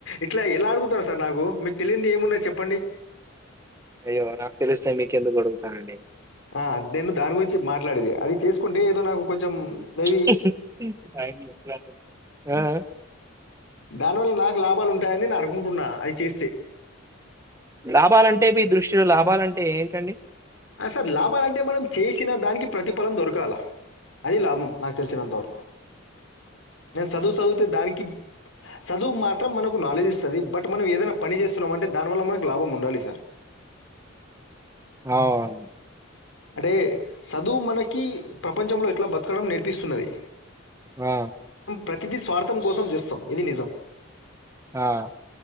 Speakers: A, on the left; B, on the right.
A: ఇట్ల ఎలా అడుగుతారు సార్ నాకు మీకు తెలియంది ఏమున్నాయ్ చెప్పండి
B: అయ్యో నాకు తెలిస్తే మీకెందుకు అడుగుతానండి
A: ఆ నేను దాని గురించి మాట్లాడెది అది చేసుకుంటె ఏదొ నాకు
B: ఆ
A: కొంచెం మేబీ దానివల్ల నాకు లాభాలు ఉంటాయని నేను అనుకుంటున్నా అది చేస్తే
B: లాభాలంటే మీ దృష్టిలో లాభాల టే ఏంటండి
A: ఆ సార్ లాభాలంటే మనం చేసిన దానికి ప్రతిఫలం దొరకాల అది లాభం నాకు తెలిసినంతవరకు న సదువు సదువుతే దానికి సదువు మాత్రం మనకు నాలెడ్జ్ ఇస్తుంది బట్ మనం ఏదైనా పని చేస్తున్నామ అంటే దానివల్ల మనకు లాభం ఉండాలి సార్
B: అవును
A: అంటే చదువు మనకి ప్రపంచంలో ఎట్లా బతకడం నేర్పిస్తున్నది
B: ఆ
A: ప్రతిది స్వార్థం కోసం చేస్తాం ఇది నిజం
B: ఆ